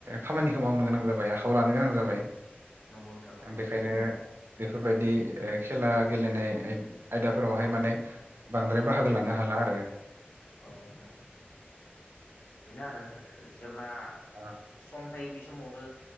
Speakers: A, on the right; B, on the left.
A: खामानिखौ मावनो गोनां जाबाय आखायाव लानो गोनां जाबाय।
B: नंगौ नोंथां नंगौ
A: आं बेखायनो बेफोरबायदि ओ खेला गेलेनाय आय-आयदाफोरावहाय माने बांद्राय बाहागो लानो हाला आरो।
B: औ नोंथां बेनो आरो जेब्ला
A: अ
B: सम थायो बे समावनो